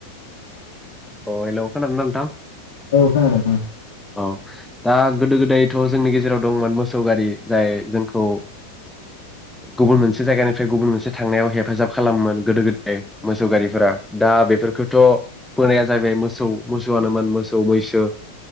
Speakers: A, in the centre; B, on the left (about 55°).
A: अ हेलौ खोना दोंना नोंथां।
B: औ खोनादों नोंथां
A: औ दा गोदो गोदायथ' जोंनि गेजेराव दंमोन मोसौ गारि जाय जोंखौ गुबुन मोनसे जायगानिफ्राय गुबुन मोनसे थांनायाव हेफाजाब खालामोमोन गोदो गोदाय मोसौ गारिफोरा दा बेफोरखौथ' बोनाया जाहैबाय मोसौ मोसौआनोमोन मोसौ मैसो